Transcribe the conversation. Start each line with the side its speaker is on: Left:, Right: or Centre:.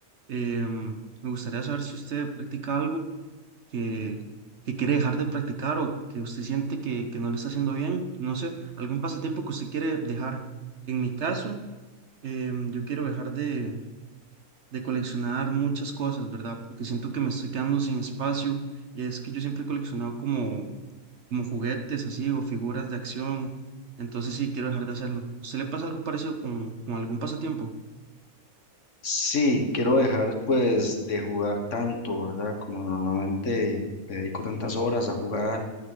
Right: em, me gustaría saber si usted practica algo que, que quiere dejar de practicar o que usted siente que, que no le está haciendo bien, no sé, algún pasatiempo que usted quiere dejar. En mi caso, em, yo quiero dejar de, de coleccionar muchas cosas, ¿verdad? Porque siento que me estoy quedando sin espacio. Es que yo siempre he coleccionado como como juguetes así o figuras de acción. Entonces sí, quiero dejar de hacerlo. ¿Se le pasa algo parecido con, con algún pasatiempo?
Left: Sí, quiero dejar pues de jugar tanto, ¿verdad? Como normalmente le dedico tantas horas a jugar